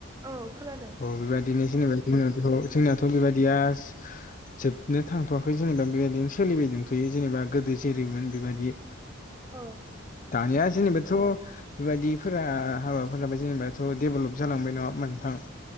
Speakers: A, on the right; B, on the left.
A: औ खोनादों
B: औ बेबाय दिनो जेनेबा जों बेखौ जोंनियावथ' बेबादिया जोबनो थांथ'वाखै जेनेबा बेबायदिनो सोलिबाय दोनथ'यो जेनेबा गोदो जेरैमोन बेबादि
A: औ
B: दानिया जेनेबाथ' बेबायदिफोरा हाबाफोराबो जेनेबा थ' डेभेलप जालांबाय नङा होमबा नोंथां।